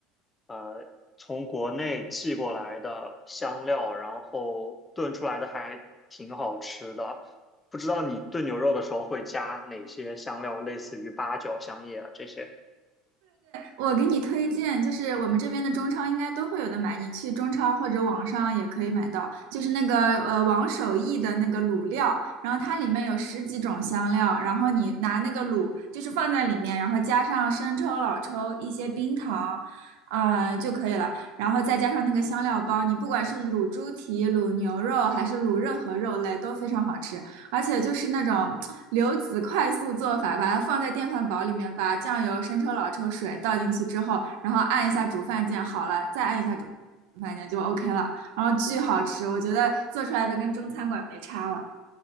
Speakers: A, on the left (about 20°); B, on the right (about 75°).
A: 呃从国内寄过来的香料，然后炖出来的还挺好吃的。不知道你炖牛肉的时候会加哪些香料，类似于八角、香叶啊这些？
B: 我给你推荐，就是我们这边的中超应该都会有的买，你去中超或者网上也可以买到，就是那个呃王守义的那个卤料，然后它里面有十几种香料，然后你拿那个卤就是放在里面，然后加上生抽、老抽、一些冰糖，啊、就可以了，然后再加上那个香料包，你不管是卤猪蹄、卤牛肉还是卤任何肉类都非常好吃，而且就是那种流子快速做法，把它放在电饭煲里面，把酱油、生抽、老抽、水倒进去之后，然后按一下煮饭键，好了，再按一下煮饭键就 OK 了，然后巨好吃，我觉得做出来的跟中餐馆没差了。